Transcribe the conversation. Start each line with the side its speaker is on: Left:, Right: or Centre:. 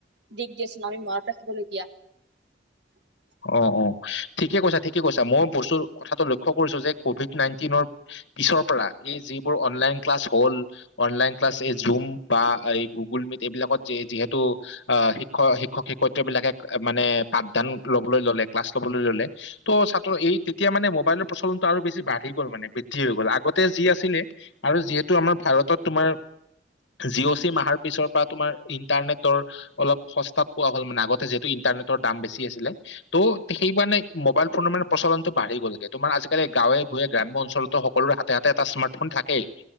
Right: দিশ দিয়াচোন আমি মনত ৰাখিবলগীয়া। <unintelligible>
Left: অ অ ঠিকে কৈছা ঠিকে কৈছা মই বস্তু কথাটো লক্ষ্য কৰিছো যে কভিড নাইনটিনৰ পিছৰ পৰা এই যিবোৰ অনলাইন ক্লাছ হ'ল অনলাইন ক্লাছ এই জুম‌ বা এই গুগুল মিট এইবিলাকত যি যিহেতু আ শিক্ষ শিক্ষক শিক্ষয়ত্ৰী বিলাকে মানে পাঠদান ল'বলৈ ল'লে ক্লাছ ল'বলৈ ল'লে ত' ছাত্ৰ এই তেতিয়া মানে মোবাইলৰ প্ৰচলনটো আৰু বেছি বাঢ়ি গ'ল মানে বৃদ্ধি হৈ গ'ল আগতে যি আছিলে আৰু যিহেতু আমাৰ ভাৰতত তোমাৰ জি অ' চিম আহৰ পিছৰ পৰা তোমাৰ ইণ্টাৰনেটৰ অলপ সস্তাত পোৱা হ'ল মানে আগতে যিহেতু ইণ্টাৰনেটৰ দাম বেছি আছিলে। ত' সেই মানে মোবাইল ফোনৰ মানে প্ৰচলনটো বাঢ়ি গ'লগে তোমাৰ আজিকালি গাঁৱে ভূঞে গ্ৰাম্য অঞ্চলতো সকলোৰে হাতে হাতে এটা স্মাৰ্ট ফোন থাকেই,